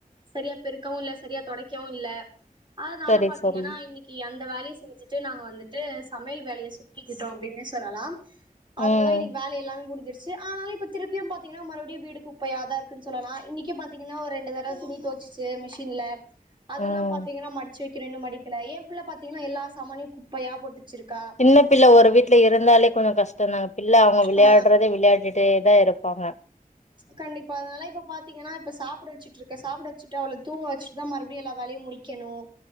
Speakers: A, on the right; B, on the left.
A: சரியா பெருக்கவு இல்ல சரியா தொடைக்கவு இல்ல அதனால
B: சரி
A: பாத்தீங்கன்னா
B: சரி
A: இன்னக்கு அந்த வேலய செஞ்சு நாங்க வந்துட்டு சமயல் வேலய சுக்கிக்கிட்டோ அப்டின்னே சொல்லலா அதுலதா
B: ம்
A: இன்னக்கி வேல எல்லாமே முடுஞ்சிருச் ஆனாலு இப்ப திருப்பியு பாத்தீங்கன்னா மறுபடியு வீடு குப்பயாதா இருக்குன் சொல்லலா இன்னக்கும் பாத்தீங்கா ஒரு ரண்டு தர துணி தொவ்ச்சி சி மிஷின்ல அதெல்லாம்
B: ம்
A: பாத்தீங்கன்னா மடிச்சு வைக்கணும் இன்னும் மடிக்கல ஏன் பிள்ள பாத்தீங்கன்னா எல்லா சமானியும் குப்பையா போட்டு வச்சிருக்கா
B: சின்ன பிள்ள ஒரு வீட்ல இருந்தாலே கொஞ்சம் கஷ்டம் தாங்க பிள்ளை அவங்க விளையாடுறதே
A: ஆ
B: விளையாடிட்டே தான் இருப்பாங்க
A: கண்டிப்பா அதனால இப்ப பாத்திங்கன்னா இப்ப சாப்ட வச்சட்டு இருக்க சாப்ட வச்சுட்டு அவ்ள தூங்க வச்சட்டு தான் மறுபடிய எல்லாம் வேலை முடிக்கணும்